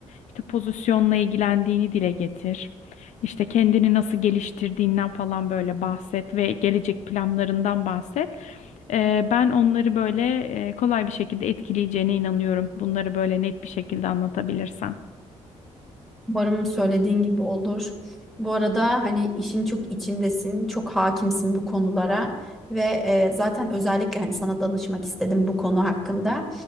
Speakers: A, on the left; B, in the centre.
A: İşte pozisyonla ilgilendiğini dile getir. İşte kendini nasıl geliştirdiğinden falan böyle bahset ve gelecek planlarından bahset. Ee, ben onları böyle e, kolay bir şekilde etkileyeceğine inanıyorum. Bunları böyle net bir şekilde anlatabilirsen.
B: Umarım söylediğin gibi olur. Bu arada hani işin çok içindesin, çok hakimsin bu konulara ve e, zaten özellikle hani sana danışmak istedim bu konu hakkında.